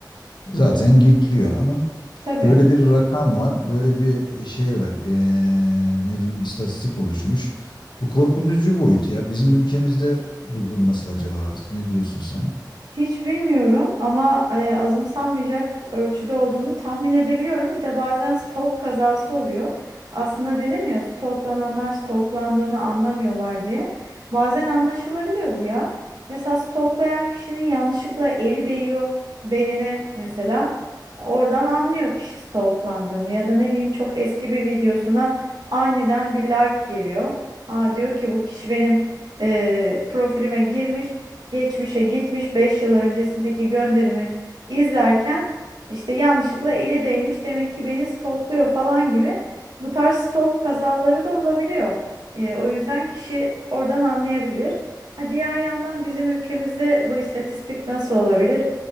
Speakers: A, on the left; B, on the right.
A: zaten giriyor ama
B: Tabii.
A: Böyle bir rakam var, böyle bir e, şey var. Ee, ne diyeyim istatistik oluşmuş. Bu korkutucu boyut ya. Bizim ülkemizde durum nasıl acaba? Ne diyorsun sen?
B: Hiç bilmiyorum ama e, azımsanmayacak ölçüde olduğunu tahmin edebiliyorum. Bir de bazen stalk kazası oluyor. Aslında dedim ya stalklananlar stalklandığını anlamıyorlar diye. Bazen anlaşılabiliyor bu ya. Mesela stalklayan kişinin yanlışlıkla eli değiyor beğene mesela. Oradan anlıyor kişi stalklandığını ya da ne bileyim çok eski bir videosuna aniden bir like geliyor. Aa, diyor ki bu kişi benim e, profilime girmiş geçmişe gitmiş 5 yıl öncesindeki gönderimi izlerken işte yanlışlıkla eli değmiş demek ki beni stalkluyor falan gibi bu tarz stalk kazaları da olabiliyor. Ee, o yüzden kişi oradan anlayabilir. Ha, diğer yandan bizim ülkemizde bu istatistik nasıl olabilir?